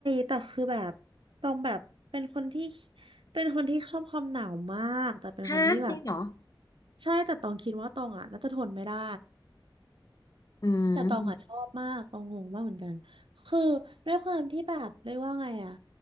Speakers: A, on the right; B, on the left.
A: แต่คือแบบตรงแบบ เป็นคนที่ เป็นคนที่ชอบความหนาวมาก แต่เป็นคนที่แบบ
B: ฮะจริงเหรอ
A: ใช่ แต่ตองคิดว่าตองอ่ะน่าจะทนไม่ได้
B: อืม
A: แต่ตองอ่ะชอบมากตองงงมากเหมือนกันคือด้วยความที่แบบเรียกว่าไงอะ